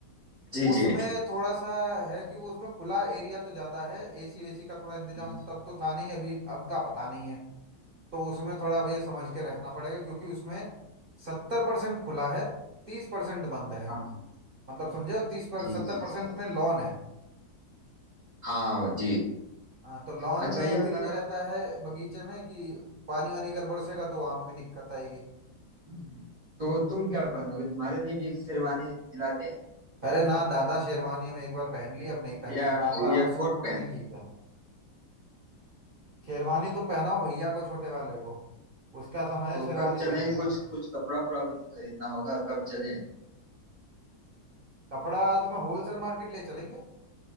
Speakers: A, on the right; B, on the right.
A: जी
B: वो
A: जी
B: उसमें थोड़ा सा है कि वो उसमें खुला एरिया तो ज्यादा है एसी वेसी का थोड़ा इंतजाम
A: हम्म,
B: तब तो था नहीं अभी अब का पता नहीं है तो उसमें थोड़ा भैया समझ के रहना पड़ेगा क्योंकि उसमें सत्तर परसेंट खुला है तीस परसेंट बंद है
A: हाँ हम्म।
B: मतलब समझे तीस पर
A: जी
B: सत्तर
A: जी
B: परसेंट
A: जी
B: में लॉन है
A: हाँ जी
B: हाँ तो लॉन
A: अच्छा
B: में
A: यह
B: फिर
A: कह
B: ये
A: रहा
B: रहता
A: था
B: है बगीचे में कि पानी वानी अगर बरसेगा तो वहां पे भी दिक्कत आएगी
A: कि- तो तुम क्या पहनोगे तुम्हारे लिए भी एक शेरवानी दिलाते हैं
B: अरे ना दादा शेरवानी हम एक बार पहन ली अब नहीं पहनेंगे
A: या
B: बार बार
A: या
B: हम
A: कोट
B: सूट वूट
A: पैंट?
B: भी ठीक है शेरवानी तुम पहनाओ भैया को छोटे वाले को उसका समय है
A: तो
B: शेरवानी
A: कब चलें
B: पहनने
A: कुछ
B: का
A: कुछ कपड़ा उपड़ा भी तो खरीदना होगा कब चलें
B: कपड़ा तुम्हें होलसेल मार्केट ले चलेंगे